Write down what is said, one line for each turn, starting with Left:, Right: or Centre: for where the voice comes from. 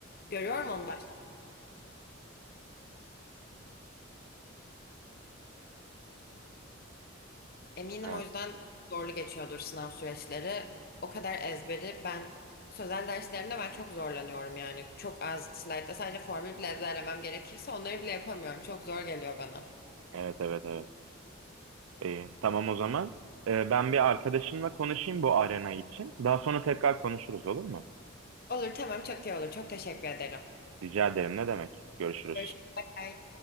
Left: Görüyorum onu da. Eminim
Right: Ha,
Left: o yüzden zorlu geçiyordur sınav süreçleri. O kadar ezberi ben sözel derslerimde ben çok zorlanıyorum yani. Çok az slide'da sadece formül bile ezberlemem gerekirse onları bile yapamıyorum. Çok zor geliyor bana.
Right: evet evet evet. İyi, tamam o zaman. Ee, ben bir arkadaşımla konuşayım bu arena için. Daha sonra tekrar konuşuruz olur mu?
Left: Olur tamam çok iyi olur. Çok teşekkür ederim.
Right: Rica ederim. Ne demek? Görüşürüz.
Left: Görüşmek üzere.